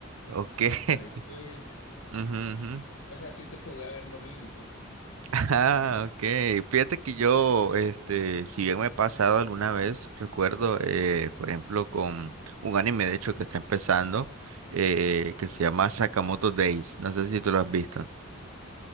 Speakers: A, on the right; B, on the left.
A: Ok.
B: sino
A: <laughs>
B: hasta después,
A: ujú, ujú.
B: o sea, siento que voy a ver lo mismo.
A: Ah, ok. Fíjate que yo, este, si bien me ha pasado alguna vez, recuerdo, eh, por ejemplo, con un anime, de hecho, que está empezando, eh, que se llama Sakamoto Days. No sé si tú lo has visto.